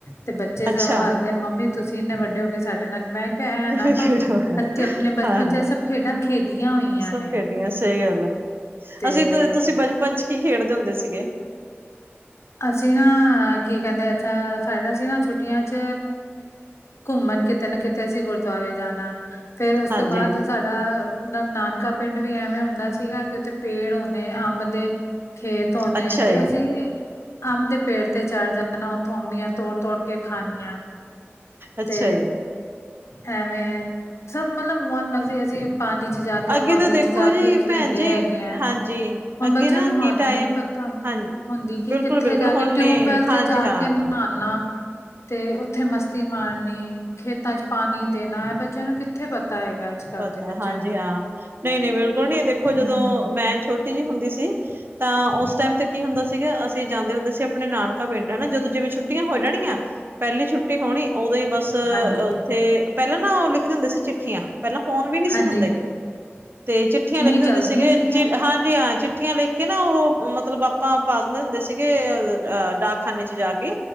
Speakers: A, on the left; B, on the right.
A: ਤੇ ਬੱਚੇ
B: ਅੱਛਾ
A: ਸਗੋਂ ਹੱਸਦੇ ਮੰਮੀ ਤੁਸੀਂ ਇੰਨੇ ਵੱਡੇ ਹੋ ਕੇ ਸਾਡੇ ਨਾਲ ਮੈਂ ਕਿਹਾ ਐ ਨਾ
B: ਕਿਵੇਂ
A: ਕੋ
B: ਖੇਡੋਗਾ
A: ਅਸੀ ਆਪਣੇ ਬਚਪਨ
B: ਹਾਂ
A: ਚ ਇਹ ਸਭ ਖੇਡਾਂ ਖੇਡੀਆਂ ਹੋਈਆਂ
B: ਸਭ
A: ਨੇ।
B: ਸਹੀ ਗੱਲ
A: ਤੇ
B: ਅਸੀਂ ਤੁਸੀਂ ਬਚਪਨ ਚ ਕੀ ਖੇਡਦੇ ਹੁੰਦੇ ਸੀਗੇ।
A: ਅਸੀਂ ਨਾ ਕੀ ਕਹਿੰਦੇ ਅੱਛਾ ਸਾਡਾ ਅਸੀ ਨਾ ਛੁੱਟੀਆਂ ਚ ਘੁੰਮਣ ਕਿਤੇ ਨਾ ਕਿਤੇ ਅਸੀਂ ਗੁਰਦੁਆਰੇ ਜਾਣਾ ਫੇਰ ਉਸ
B: ਹਾਂਜੀ
A: ਤੋਂ ਬਾਅਦ ਸਾਡਾ ਮਤਲਬ ਨਾਨਕਾ ਪਿੰਡ ਵੀ ਐਵੇਂ ਹੁੰਦਾ ਸੀਗਾ ਕਿ ਉੱਥੇ ਪੇੜ ਹੁੰਦੇ ਅੰਬ ਦੇ ਖੇਤ ਧੋਨੇ
B: ਅੱਛਾ
A: ਤੇ
B: ਜੀ
A: ਅਸੀਂ ਅੰਬ ਦੇ ਪੇੜ ਤੇ ਚੜ੍ਹ ਜਾਣਾ ਉੱਥੋਂ ਅੰਬੀਆਂ ਤੋੜ ਤੋੜ ਕੇ ਖਾਣੀ ਆ
B: ਅੱਛਾ
A: ਤੇ
B: ਜੀ
A: ਹੈਵੇਂ ਸਭ ਮਤਲਬ ਮਨ ਮਸਤੀ ਅਸੀਂ ਪਾਣੀ ਚ ਜਾ ਕੇ
B: ਅੱਗੇ
A: ਹੋਦੀ
B: ਤਾਂ ਦੇਖੋ
A: ਚ ਜਾ
B: ਜੀ
A: ਕੇ ਖੇਡੇ
B: ਭੈਣ ਜੀ
A: ਹੈਗੇ ਆ
B: ਹਾਂਜੀ
A: ਹੁਣ
B: ਅੱਗੇ
A: ਬੱਚਿਆਂ
B: ਨਾ
A: ਨੂੰ
B: ਕੀ
A: ਹੋਦੀ
B: ਟਾਈਮ
A: ਨੀ ਪਤਾ। ਖਾਦੇ
B: ਹਾਂਜੀ
A: ਹੁਣ ਕਿ
B: ਬਿਲਕੁਲ
A: ਕਿੱਥੇ
B: ਬਿਲਕੁਲ
A: ਜਾ ਕੇ
B: ਹੁਣ
A: ਟਿਊਬਵੈਲ
B: ਨੇ ਹਾਂਜੀ
A: ਤੇ ਜਾ
B: ਹਾਂ
A: ਕੇ ਨਹਾਉਣਾ ਤੇ ਉੱਥੇ ਮਸਤੀ ਮਾਰਨੀ ਖੇਤਾਂ ਚ ਪਾਣੀ ਦੇਣਾ ਹੈ ਬੱਚਿਆਂ ਨੂੰ ਕਿੱਥੇ ਪਤਾ ਹੈਗਾ। ਅੱਜ ਕੱਲ
B: ਪਤਾ
A: ਦੇ ਬੱਚਿਆਂ
B: ਹਾਂਜੀ
A: ਨੂੰ
B: ਹਾਂ ਨਹੀਂ, ਨਹੀਂ ਬਿਲਕੁਲ ਨੀ ਦੇਖੋ
A: ਹਮ
B: ਜਦੋਂ ਮੈਂ ਛੋਟੀ ਜਿਹੀ ਹੁੰਦੀ ਸੀ। ਤਾਂ ਉਸ ਟਾਈਮ ਤੇ ਕੀ ਹੁੰਦਾ ਸੀਗਾ, ਅਸੀਂ ਜਾਂਦੇ ਹੁੰਦੇ ਸੀ ਆਪਣੇ ਨਾਨਕਾ ਪਿੰਡ ਹਨਾ ਜਦੋਂ ਜਿਵੇਂ ਛੁੱਟੀਆਂ ਹੋ ਜਾਣੀਆਂ। ਪਹਿਲੀ ਛੁੱਟੀ ਹੋਣੀ ਉਦੋਂ ਹੀ ਬਸ
A: ਹਾਂਜੀ
B: ਉੱਥੇ ਪਹਿਲਾਂ ਨਾ ਉਹ ਲਿਖਦੇ ਹੁੰਦੇ ਸੀ ਚਿੱਠੀਆਂ ਪਹਿਲਾਂ ਫੋਨ ਵੀ ਨਹੀਂ ਸੀ
A: ਹਾਂਜੀ
B: ਹੁੰਦੇ ਗ ਤੇ ਚਿੱਠੀਆਂ ਲਿਖਦੇ
A: ਹੀ
B: ਹੁੰਦੇ
A: ਚੱਲਦੀਆਂ
B: ਸੀਗੇ
A: ਸੀਗੀਆਂ
B: ਹਾਂਜੀ ਹਾਂ ਚਿੱਠੀਆਂ ਲਿਖ ਕਿ ਨਾ ਉਹ ਮਤਲਬ ਆਪਾਂ ਪਾਦੇ ਹੁੰਦੇ ਸੀਗੇ ਅਹ ਡਾਕਖਾਨੇ ਚ ਜਾ ਕੇ